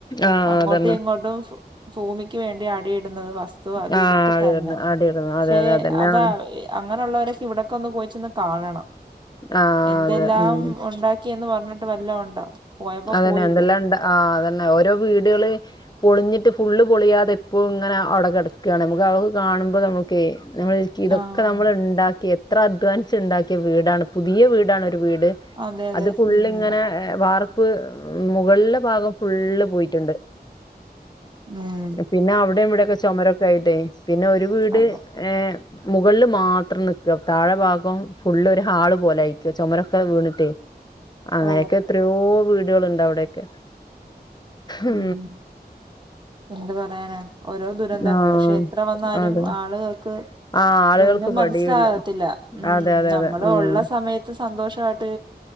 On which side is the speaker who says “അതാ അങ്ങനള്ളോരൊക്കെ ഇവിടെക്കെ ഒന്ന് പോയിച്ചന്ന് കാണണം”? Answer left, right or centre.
Right